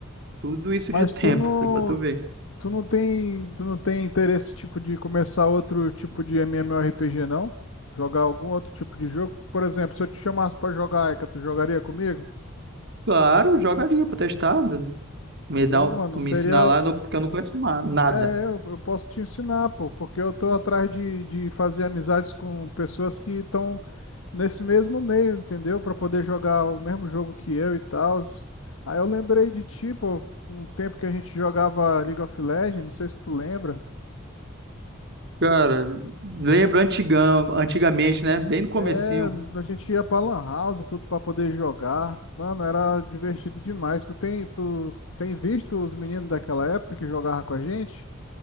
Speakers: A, on the right (about 60°); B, on the left (about 80°).
A: Tudo isso
B: Mas
A: de tempo,
B: tu não,
A: cara, pra tu ver.
B: tu não tem, tu não tem interesse tipo de começar outro tipo de MMORPG, não? Jogar algum outro tipo de jogo? Por exemplo, se eu te chamasse pra jogar Aika, tu jogaria comigo?
A: Claro, joga ali pra testar. né, Me
B: Ô,
A: dá, um-
B: mano,
A: me
B: seria
A: ensinar lá, não- porque eu não conheço ma- nada.
B: É, eu, eu posso te ensinar, pô, porque eu tô atrás de, de fazer amizades com pessoas que estão nesse mesmo meio, entendeu? Para poder jogar o mesmo jogo que eu e tal. Aí eu lembrei de ti, pô, um tempo que a gente jogava League of Legends, não sei se tu lembra.
A: Cara, lembra antigão, antigamente, né? Bem no comecinho.
B: É, a gente ia pra Lan House e tudo para poder jogar. Mano, era divertido demais. Tu tem, tu tem visto os meninos daquela época que jogavam com a gente?